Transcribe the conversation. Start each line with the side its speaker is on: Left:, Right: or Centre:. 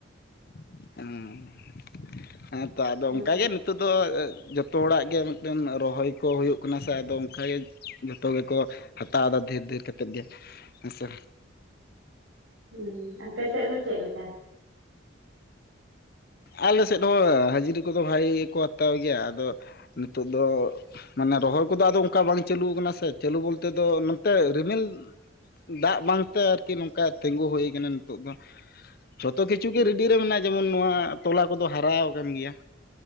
Left: <unintelligible> ᱦᱮᱸ ᱛᱚ ᱟᱫᱚ
Right: ᱦᱮᱸ
Left: ᱚᱱᱠᱟ ᱜᱮ ᱱᱤᱛᱚᱜ ᱫᱚ ᱡᱚᱛᱚ ᱚᱲᱟᱜ ᱜᱮ ᱢᱤᱫᱴᱮᱱ ᱨᱚᱦᱚᱭ ᱠᱚ ᱦᱩᱭᱩᱜ ᱠᱟᱱᱟ ᱥᱮ ᱟᱫᱚ ᱚᱱᱠᱟᱜᱮ ᱡᱚᱛᱚ ᱜᱮᱠᱚ ᱦᱟᱛᱟᱣ ᱮᱫᱟ ᱰᱷᱮᱨ ᱰᱷᱮᱨ ᱠᱟᱛᱮᱫ ᱜᱮ ᱦᱮᱸᱥᱮ
Right: ᱦᱩᱸ ᱟᱯᱮ ᱥᱮᱫ ᱫᱚ ᱪᱮᱫ ᱞᱮᱠᱟ
Left: ᱟᱞᱮ ᱥᱮᱫ ᱦᱚᱸ ᱦᱟᱹᱡᱨᱤ ᱠᱚᱫᱚ ᱵᱷᱟᱜᱤ ᱜᱮᱠᱚ ᱦᱟᱛᱟᱣ ᱜᱮᱭᱟ ᱟᱫᱚ ᱱᱤᱛᱳᱜ ᱫᱚ ᱢᱟᱱᱮ ᱨᱚᱦᱚᱭ ᱠᱚᱫᱚ ᱟᱫᱚ ᱚᱱᱠᱟ ᱵᱟᱝ ᱪᱟᱹᱞᱩ ᱟᱠᱟᱱᱟ ᱥᱮ ᱪᱟᱹᱞᱩ ᱵᱚᱞᱛᱮ ᱫᱚ ᱱᱚᱛᱮ ᱨᱤᱢᱤᱞ ᱫᱟᱜ ᱵᱟᱝᱛᱮ ᱟᱨᱠᱤ ᱱᱚᱝᱠᱟ ᱛᱤᱸᱜᱩ ᱦᱩᱭᱩ ᱠᱟᱱᱟ ᱱᱤᱛᱚᱜ ᱫᱚ ᱡᱷᱚᱛᱚ ᱠᱤᱪᱷᱩ
Right: ᱦᱮᱸ
Left: ᱜᱮ ᱨᱤᱰᱤ ᱨᱮ ᱢᱮᱱᱟᱜ-ᱟ ᱡᱮᱢᱚᱱ ᱱᱚᱣᱟ ᱛᱚᱞᱟ ᱠᱚᱫᱚ ᱦᱟᱨᱟᱣ ᱟᱠᱟᱱ ᱜᱮᱭᱟ